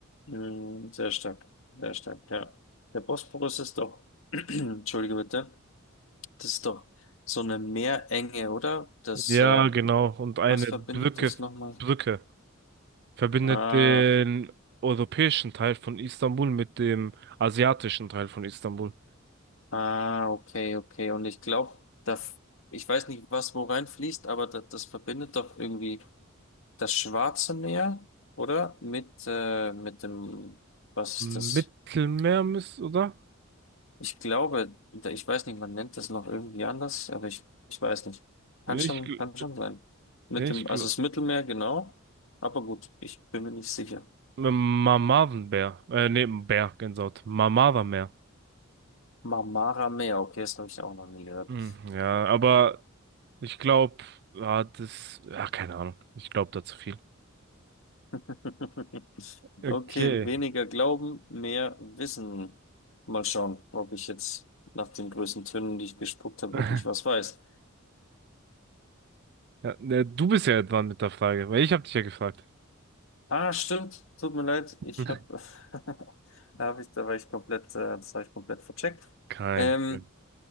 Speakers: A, on the left (about 65°); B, on the right (about 50°).
A: Mm, sehr stark, sehr stark, ja. Der Bosporus ist doch, <clears throat> entschuldige bitte, das ist doch so eine Meerenge, oder? Das,
B: Ja,
A: äh,
B: genau. Und eine
A: was verbindet
B: Brücke,
A: das nochmal?
B: Brücke verbindet
A: Ah.
B: den europäischen Teil von Istanbul mit dem asiatischen Teil von Istanbul.
A: Ah, okay, okay. Und ich glaube, das, ich weiß nicht, was wo reinfließt, aber das, das verbindet doch irgendwie das Schwarze Meer, oder? Mit, äh, mit dem, was ist das?
B: Mittelmeer müsste, oder?
A: Ich glaube, da- ich weiß nicht, man nennt das noch irgendwie anders, aber ich, ich weiß nicht.
B: Ich,
A: Kann schon,
B: gl-
A: kann schon sein. Mit
B: äh, ich,
A: dem,
B: gl-
A: also das Mittelmeer, genau. Aber gut, ich bin mir nicht sicher.
B: Mamavenbär. Äh, nee, Bär, Gänsehaut. Mamavenbär.
A: Marmara Meer, okay, das habe ich auch noch nie gehört.
B: Hm, ja, aber
A: Okay.
B: ich glaube, ja, das, ja, keine Ahnung. Ich glaube da zu viel.
A: <laughs>
B: Okay.
A: Okay, weniger glauben, mehr wissen. Mal schauen, ob ich jetzt nach den größten Tönen, die ich gespuckt habe,
B: <laughs>
A: wirklich was weiß.
B: Ja, ne, du bist ja dran mit der Frage, weil ich habe dich ja gefragt.
A: Ah, stimmt. Tut mir leid.
B: <laughs>
A: Ich habe, <laughs> da habe ich, da war ich komplett, äh, das habe ich komplett vercheckt.
B: Kein
A: Ähm,
B: Problem.